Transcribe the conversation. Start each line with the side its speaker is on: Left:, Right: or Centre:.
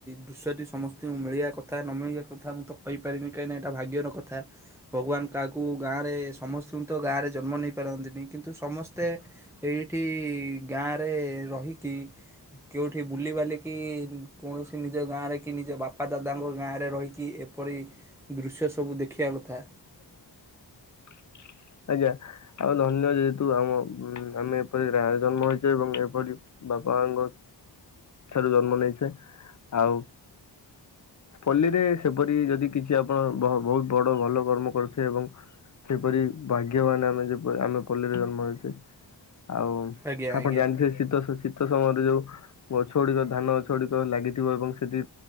Centre: ଦୃଶ୍ୟଟି ସମସ୍ତଙ୍କୁ ମିଳିବା କଥା ନମିଳିବା କଥା ମୁଁ ତ କହିପାରିନି କାହିଁକି ଏଇଟା ଭାଗ୍ୟର କଥା ଭଗବାନ କାହାକୁ ଗାଁ ରେ ସମ ସମସ୍ତଙ୍କୁ ତ ଗାଁରେ ଜନ୍ମ ନେଇ ପାରନ୍ତିନି କିନ୍ତୁ ସମସ୍ତେ ଏଇଠି ଗାଁରେ ରହି
Left: <inaudible>
Centre: କେଉଠି ବୁଲି ବାଲିକି କୌଣସି ନିଜ ଗାଁରେ କି ନିଜ ବାପା ଦାଦାଙ୍କ ଗାଁ ରେ ରହିକି ପରି ଦୃଶ୍ୟ ସବୁ ଦେଖିବା କଥା।
Left: <inaudible> ଆଜ୍ଞା ଆଉ ଧନ୍ୟ ଯେହେତୁ ଆମ ଆମେ ଏପରି ଗ ଜନ୍ମ ହେଇଛେ ଏବଂ ଏପରି ବାପା ମାଙ୍କ ଠାରୁ ଜନ୍ମ ନେଇଛେ ଆଉ ପଲ୍ଲୀରେ ସେପରି ଯଦି କିଛି ଆପଣ ବହୁତ ବଡ ଭଲ କର୍ମ କରୁଥିବେ ଏବଂ ସେପରି ଭାଗ୍ୟବାନ ଆମେ ଯେ ଆମେ ପଲ୍ଲୀରେ ଜନ୍ମ ହେଉଛେ। ଆଉ
Centre: ଆଜ୍ଞା ଆଜ୍ଞା
Left: ଆପଣ ଜାଣିଥିବେ ଶୀତ ଶୀତ ସମୟରେ ଯୋଉ ଗଛ ଗୁଡିକ ଧାନ ଗଛ ଗୁଡିକ ଲାଗିଥିବ ଏବଂ ସେଠି